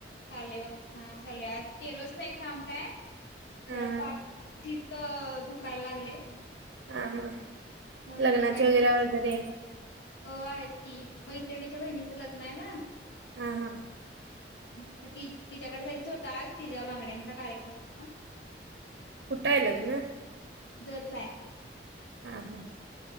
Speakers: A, on the left; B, on the right.
A: चाल ब छान चालूय आज केलच नाही काम काय
B: हा
A: जरा पाठ तथ दुखयला लागले
B: हा हा
A: म्हणून
B: लग्नाची
A: मग काय
B: वगैरे
A: केलं
B: ऑर्डर आहे
A: अ आहेत की मग इत्रिणीच्या बहिणीचं लग्न आहे ना
B: हा हा
A: मग ति तिच्याकडे जायचं होताच तिच्या बांगड्यांचा कार्यक्रम होता
B: कुठाय लग ना
A: जपलाय
B: हा हा